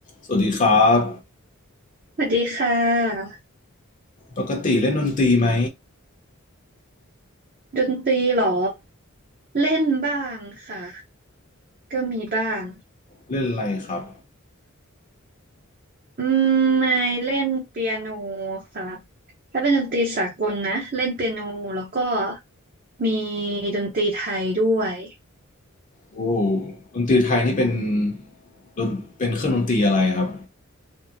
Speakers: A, on the left; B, on the right.
A: สวัสดีครับ
B: สวัสดีค่ะ
A: ปกติเล่นดนตรีไหม
B: ดนตรีเหรอเล่นบ้างค่ะก็มีบ้าง
A: เล่นอะไรครับ
B: อืมไม่เล่นเปียโนค่ะถ้าเป็นดนตรีสากลนะเล่นเปียโนแล้วก็มีดนตรีไทยด้วย
A: โอ้ดนตรีไทยนี่เป็นดนเป็นเครื่องดนตรีอะไรครับ